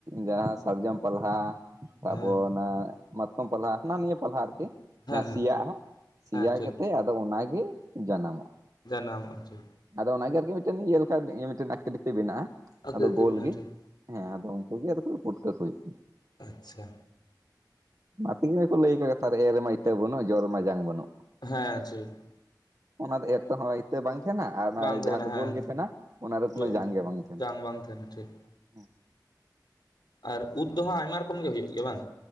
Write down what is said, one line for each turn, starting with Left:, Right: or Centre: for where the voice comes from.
Right: ᱡᱟᱦᱟᱸ ᱥᱟᱨᱡᱚᱢ ᱯᱟᱞᱦᱟ ᱾ ᱛᱟᱯᱚᱨ
Left: ᱦᱮᱸ
Right: ᱚᱱᱟ ᱢᱟᱛᱠᱚᱢ ᱯᱟᱞᱦᱟ ᱦᱟᱱᱟ ᱱᱤᱭᱟᱹ ᱯᱟᱞᱦᱟ ᱟᱨᱠᱤ ᱾
Left: ᱦᱮᱸ
Right: ᱡᱟᱦᱟᱸ
Left: ᱦᱮᱸ
Right: ᱥᱤᱭᱟᱜᱼᱟ ᱥᱤᱭᱟ
Left: ᱦᱮᱸ ᱴᱷᱤᱠ
Right: ᱠᱟᱛᱮᱫ ᱟᱫᱚ ᱚᱱᱟᱜᱮ ᱡᱟᱱᱟᱢᱚᱜᱼᱟ ᱾
Left: <unintelligible>
Right: ᱟᱫᱚ ᱚᱱᱟᱜᱮ ᱟᱨᱠᱤ ᱤᱭᱟᱹ ᱞᱮᱠᱟ ᱟᱠᱨᱤᱛᱤ ᱵᱮᱱᱟᱜᱼᱟ
Left: ᱟᱠᱨᱤᱛᱤ
Right: ᱟᱫᱚ ᱜᱳᱞ
Left: ᱵᱮᱱᱟᱜᱼᱟ
Right: ᱜᱤ
Left: ᱴᱷᱤᱠ
Right: ᱦᱮᱸ ᱟᱫᱚ <unintelligible> ᱯᱩᱴᱠᱟᱹ ᱠᱚ ᱦᱩᱭᱩᱜ ᱠᱟᱱᱟ
Left: ᱟᱪᱪᱷᱟ
Right: ᱚᱱᱟ ᱛᱮᱜᱮ ᱠᱚ ᱞᱟᱹᱭ ᱠᱟᱫᱟ ᱛᱟᱦᱚᱞᱮ ᱮᱨ ᱨᱮᱢᱟ ᱤᱛᱟᱹ ᱵᱟᱹᱱᱩᱜ ᱡᱚ ᱨᱮᱢᱟ ᱡᱟᱝ ᱵᱟᱹᱱᱩᱜ
Left: ᱦᱮᱸ ᱴᱷᱤᱠ ᱾
Right: ᱚᱱᱟ ᱫᱚ ᱮᱨ ᱛᱮᱦᱚᱸ ᱤᱛᱟᱹ ᱵᱟᱝ ᱛᱟᱦᱮᱱᱟ ᱟᱨ ᱚᱱᱟ
Left: ᱵᱟᱝ ᱛᱟᱦᱮᱱᱟ
Right: ᱡᱟᱦᱟᱸ ᱫᱚ
Left: ᱦᱮᱸ
Right: ᱜᱳᱞ ᱜᱮ ᱛᱟᱦᱮᱸᱱᱟ ᱚᱱᱟᱨᱮ ᱠᱳᱱᱚ
Left: ᱡᱚᱜᱼᱟ
Right: ᱡᱟᱝ ᱜᱮ ᱵᱟᱝ ᱛᱟᱦᱮᱸᱱᱟ ᱾
Left: ᱡᱟᱝ ᱵᱟᱝ ᱛᱟᱦᱮᱸᱱᱟ ᱴᱷᱤᱠ ᱾
Right: ᱦᱮᱸ
Left: ᱟᱨ ᱩᱫ ᱫᱚᱦᱟᱸ ᱟᱭᱢᱟ ᱨᱚᱠᱚᱢ ᱜᱮ ᱦᱩᱭᱩᱜ ᱜᱮᱭᱟ ᱵᱟᱝ